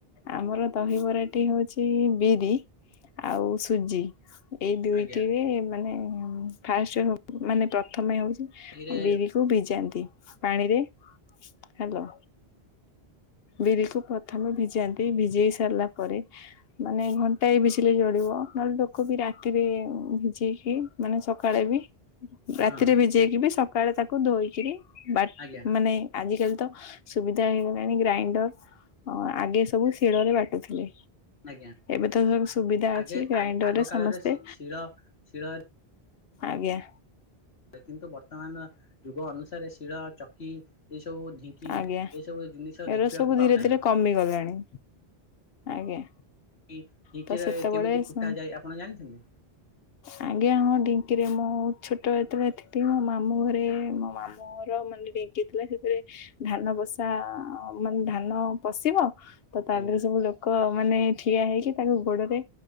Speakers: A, on the left; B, on the left.
A: ଆମର ଦହିବରା ଟି ହଉଛି ବିରି ଆଉ ସୁଜି ଏଇ ଦୁଇଟିରେ
B: ଆଜ୍ଞା
A: ମାନେ ଫାଷ୍ଟ ମାନେ ପ୍ରଥମେ ହଉଛି
B: ଦହିରେ
A: ବିରିକୁ ଭିଜାନ୍ତି ପାଣିରେ ହ୍ୟାଲୋ। ବିରିକୁ ପ୍ରଥମେ ଭିଜାନ୍ତି ଭିଜେଇ ସାରିଲା ପରେ ମାନେ ଘଣ୍ଟାଏ ଭିଝିଲେ ଜଳିବ ନହେଲେ ଲୋକ ବି ରାତିରେ ଭିଜେଇକି ମାନେ ସକାଳେ ବି ରାତିରେ
B: ହଁ
A: ଭିଜେଇକି ବି ସକାଳେ ତାକୁ ଧୋଇକିରି ବା
B: ଆଜ୍ଞା
A: ମାନେ ଆଜିକାଲି ତ ସୁବିଧା ହେଇଗଲା। ଗ୍ରାଇଣ୍ଡର ଆଗେ ସବୁ ଶିଳରେ ବାଟୁଥିଲେ।
B: ଆଜ୍ଞା
A: ଏବେ ତ ସବୁ ସୁବିଧା
B: ଆଗେ
A: ଅଛି ଗ୍ରାଇଣ୍ଡର
B: ଆଗ
A: ରେ ସମସ୍ତେ
B: କାଳରେ ଶିଳ ଶିଳ
A: ଆଜ୍ଞା।
B: କିନ୍ତୁ ବର୍ତ୍ତମାନ ଯୁଗ ଅନୁସାରେ ଶିଳ ଚକି ଏ ସବୁ ଢିଙ୍କି
A: ଆଜ୍ଞା ଏଗୁରା
B: ଏଇ ସବୁ ଜିନିଷ ଦେଖିବାକୁ
A: ସବୁ
B: ପାଉନାହିଁ
A: ଧୀରେ ଧୀରେ କମିଗଲାଣି ଆଜ୍ଞା।
B: <unintelligible>
A: ତ ସେତେବେଳେ
B: କେମିତି ଫୁଟା ଯାଏ ଆପଣ ଜାଣିଛନ୍ତି?
A: ଆଜ୍ଞା ହଁ ଢଙ୍କିରେ ମୁଁ ଛୋଟ ଯେତେବେଳେ ଥିଲି ମୋ ମାମୁଁ ଘରେ ମୋ ମାମୁଁ ମୋର ମାନେ ଢେଙ୍କି ଥିଲା ସେଥିରେ ଧାନ ବସା ମାନେ ଧାନ ପଶିବ। ତ ତା
B: ଆଜ୍ଞା
A: ଦେହରେ ସବୁ ଲୋକ ମାନେ ଠିଆ ହେଇକି ତାକୁ ଗୋଡରେ